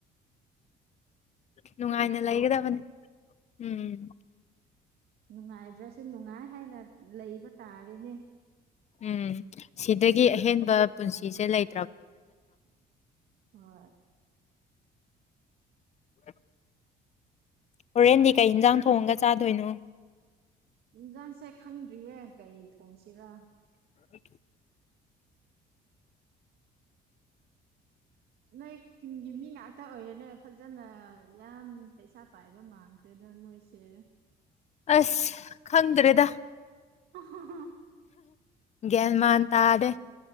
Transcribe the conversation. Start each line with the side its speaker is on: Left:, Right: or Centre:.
Left: ꯅꯨꯡꯉꯥꯏꯅ
Right: ꯑꯗꯨꯝ ꯅꯨꯡꯉꯥꯏꯗ
Left: ꯂꯩꯒꯗꯕꯅꯦ ꯎꯝ
Right: ꯅꯨꯡꯉꯥꯏꯗ꯭ꯔꯁꯨ ꯅꯨꯡꯉꯥꯏ ꯍꯥꯏꯅ ꯂꯩꯕ ꯇꯥꯔꯦꯅꯦ
Left: ꯎꯝ ꯁꯤꯗꯒꯤ ꯑꯍꯦꯟꯕ ꯄꯨꯟꯁꯤꯁꯦ ꯂꯩ
Right: ꯍꯣꯏ
Left: <inaudible> ꯍꯣꯔꯦꯟꯗꯤ ꯀꯩ ꯌꯦꯟꯁꯥꯡ ꯊꯣꯡꯉꯒ ꯆꯥꯗꯣꯏꯅꯣ
Right: ꯨꯝꯖꯡꯁꯦ ꯈꯪꯗ꯭ꯔꯤꯌꯦ ꯒꯥꯔꯤ ꯊꯣꯡꯁꯤꯔꯥ
Left: <inaudible>
Right: ꯅꯣꯏ ꯈꯨꯟꯒꯤ ꯃꯤ ꯉꯥꯛꯇ ꯑꯣꯏꯔꯦꯅꯦ ꯐꯖꯅ ꯌꯥꯝ ꯄꯩꯁꯥ ꯄꯥꯏꯕ ꯃꯥꯡꯈ꯭ꯔꯦ ꯑꯗꯨ ꯍꯔꯣꯏꯁꯦ
Left: ꯑꯁ ꯈꯪꯗ꯭ꯔꯦꯗ
Right: <inaudible>
Left: ꯦꯜꯃꯥꯟ ꯇꯥꯗꯦ